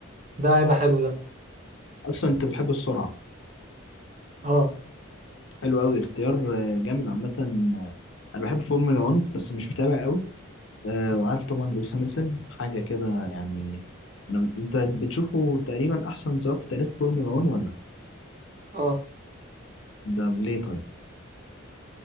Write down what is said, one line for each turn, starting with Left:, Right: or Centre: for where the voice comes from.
Right: ده هيبقى حلو ده
Left: اصلا انت بتحب السرعه
Right: اه
Left: حلو قوي اختيار آه، جامد عامة آه، أنا بحب فورمولا 1 بس مش متابع قوي آه، وعارف طبعا لويس هامilton حاجة كده يعني أنا أنت بتشوفه تقريبا أحسن سواق في تاريخ فورمولا 1 ولا
Right: اه
Left: ده ليه طيب؟